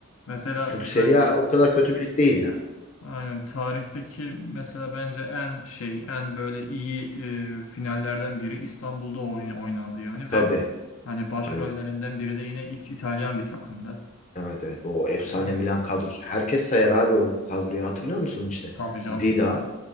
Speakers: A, on the left; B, on the left.
A: Mesela
B: Çünkü
A: bence
B: Serie A o kadar kötü bir lig değil ya.
A: aynen tarihteki mesela bence en şey en böyle iyi e, finallerden biri İstanbul'da oyn- oynandı yani
B: Tabii.
A: ve hani başrollerinden
B: Evet.
A: biri de yine İt- İtalyan bir takımdı.
B: Evet evet. O efsane
A: Yani,
B: Milan kadrosu. Herkes sayar abi o kadroyu. Hatırlıyor musun işte?
A: tabii canım.
B: Dida,